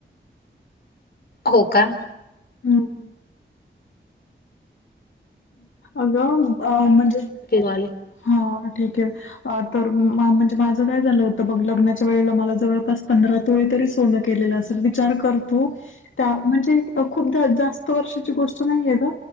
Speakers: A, on the left; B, on the left.
A: हो का
B: हम अग म्हणजे
A: वाले
B: हा ठीक आहे तर म्हणजे माझं काय झालं होतं ब लग्नाच्या वेळेला मला जवळपास पंधरा तोळी तरी सो के असेल विचार करतू त्या म्हणजे खूपदा जास्त वर्षाची गोष्ट नाहीये ग